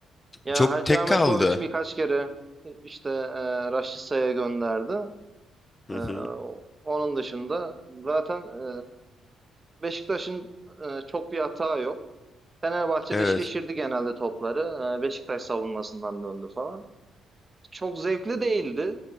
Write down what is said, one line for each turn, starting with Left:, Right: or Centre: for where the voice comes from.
Right: Ya
Left: Çok
Right: Hacı
Left: tek
Right: Ahmetoviç
Left: kaldı.
Right: birkaç kere e, işte e, Raşitsa'ya gönderdi.
Left: Hı
Right: E,
Left: hı.
Right: onun dışında zaten e, Beşiktaş'ın e, çok bir hata yok. Fenerbahçe'de
Left: Evet.
Right: şişirdi genelde topları. E, Beşiktaş savunmasından döndü falan. çok zevkli değildi.